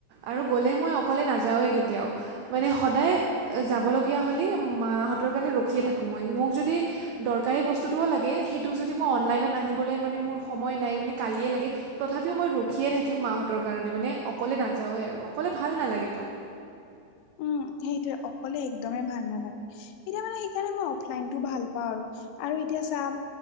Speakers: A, on the right (about 85°); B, on the left (about 85°).
A: আৰু গ'লে মই অকলে নাযাওঁৱে কেতিয়াও মানে সদায় যাবলগীয়া হলে মাহঁতৰ বাবে ৰখিয়ে থাকোঁ মই। মোক যদি দৰকাৰী বস্তুটোও লাগে টো যদি মই অনলাইনত আনিবলৈ মানে মোৰ সময় নাই মানে কালিয়ে লাগে তথাপিও মই ৰখিয়ে থাকিম মাহঁতৰ কাৰণে মানে অকলে নাযাওঁৱেই আৰু অকলে ভাল নালাগেতো
B: উম সেইটোে অকলে একদমেই ভাল নালাগে এতিয়া মানে সেইকাৰণে মই অফলাইনতটো ভাল পাওঁ আৰু আৰু এতিয়া চাম